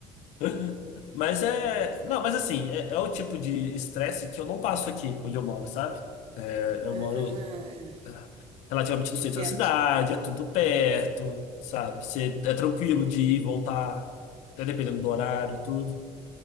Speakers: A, on the left; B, on the right.
A: <laughs> Mas é. Não, mas assim, é, é o tipo de estresse que eu não passo aqui onde eu moro, sabe? É, eu
B: Ah,
A: moro é, relativamente no centro
B: é,
A: da cidade,
B: a di-
A: é tudo perto, sabe? Você, é tranquilo de ir e voltar, até dependendo do horário e tudo.